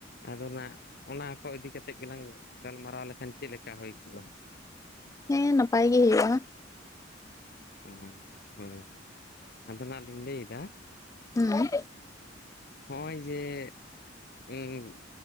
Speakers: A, on the left; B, on the left.
A: ᱟᱫᱚ ᱱᱟᱸᱜ ᱚᱱᱟ ᱠᱚ ᱤᱫᱤ ᱠᱟᱛᱮᱫ ᱜᱮᱞᱟᱝ ᱜᱟᱞᱢᱟᱨᱟᱣ ᱞᱮᱠᱷᱟᱱ ᱪᱮᱫ ᱞᱮᱠᱟ ᱦᱩᱸᱭ ᱠᱚᱜᱼᱟ?
B: ᱦᱮᱸ ᱱᱟᱯᱟᱭ ᱜᱮ ᱦᱩᱭᱩᱜᱼᱟ᱾
A: ᱚ ᱦᱳᱭ ᱟᱫᱚ ᱱᱟᱜᱞᱤᱧ ᱞᱟᱹᱭᱫᱟ
B: ᱦᱩᱸ
A: ᱦᱚᱸᱜᱼᱚᱭ ᱡᱮ ᱩᱸ